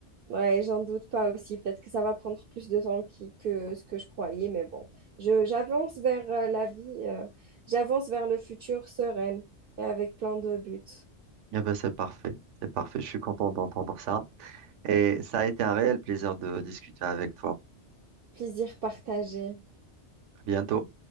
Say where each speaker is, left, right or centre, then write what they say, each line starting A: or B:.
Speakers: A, on the right (about 60°); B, on the right (about 80°).
A: Ouais, j'en doute pas aussi. Peut-être que ça va prendre plus de temps qui- que ce que je croyais, mais bon, je, j'avance vers euh, la vie, euh, j'avance vers le futur sereine et avec plein de buts.
B: Eh ben, c'est parfait. C'est parfait. Je suis content d'entendre ça. Et ça a été un réel plaisir de discuter avec toi.
A: Plaisir partagé.
B: À bientôt.